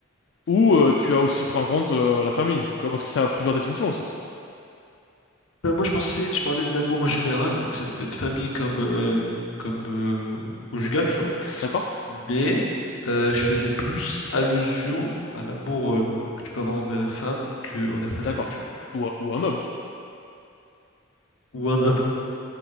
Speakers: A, on the left (about 55°); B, on the left (about 80°).
A: ou euh, tu as aussi pris en compte euh, la famille, tu vois, parce que ça a plusieurs définitions aussi.
B: Euh, moi, je pensais, je parlais de l'amour en général, donc ça peut être famille comme, euh, comme euh, conjugal, tu vois.
A: D'accord?
B: Mais euh, je faisais plus allusion à l'amour euh, que tu peux avoir envers une femme que envers ta
A: D'accord.
B: famille, tu vois.
A: Ou, un- ou un homme.
B: Ou un